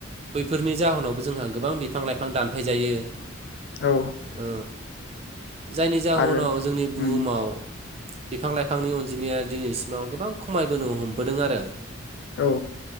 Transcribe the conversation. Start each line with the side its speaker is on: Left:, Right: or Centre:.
Right: बैफोरनि जाहोनावबो जोंहा गोबां बिफां लाइफां दानफाय जायो
Left: औ
Right: ओ जायनि जाहोनाव
Left: आरो
Right: जोंनि बुहुमाव
Left: उम
Right: बिफां लाइफांनि अनजिमाया दिनैसिमाव गोबां खमायबोनो हमबोदों आरो
Left: औ